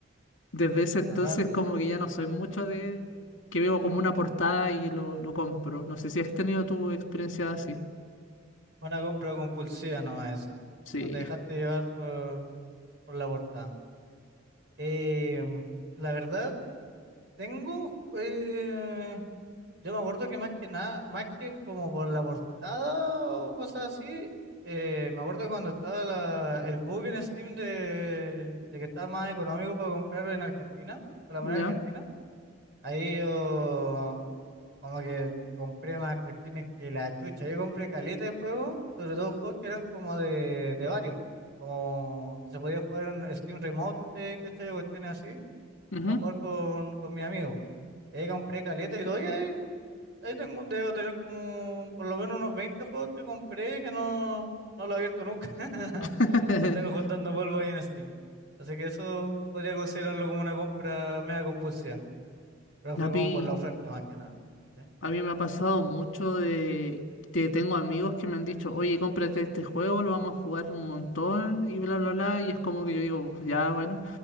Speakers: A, on the left; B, on the right.
A: desde ese entonces
B: Ah, fue
A: como que ya no soy mucho de... que veo como una portada y lo, lo compro. No sé si has tenido tu experiencia así.
B: fue una compra compulsiva nomás eso.
A: Sí.
B: No te dejaste llevar por, por la portada. Eh, la verdad, tengo... eh, yo me acuerdo que más que nada, más que como por la portada o cosas así, eh, me acuerdo cuando estaba la- el bug en Steam de, de que estaba más económico para comprar en Argentina, con la
A: ¿Ya?
B: moneda argentina. Ahí yo como que compré más cuestiones que la chucha. Yo compré caleta de juegos, sobre todo juegos que eran como de, de varios, como que se podían jugar en Steam Remote, eh, ¿cachai? Cuestiones así,
A: Ujú.
B: para jugar con, con mis amigos. Y ahí compré caleta y todo, y ahí, ahí tengo, debo tener como por lo menos unos 20 juegos que compré y que no, no lo he abierto nunca. <laughs>
A: <laughs>
B: Los tengo juntando polvo ahí en Steam. Así que eso podría considerarlo como una compra mega compulsiva. Pero
A: A
B: fue
A: mí,
B: como por la oferta más que nada. ¿cachai?
A: a mí me ha pasado mucho de que tengo amigos que me han dicho, oye, cómprate este juego, lo vamos a jugar un montón y bla, bla, bla. Y es como que yo digo, ya, bueno,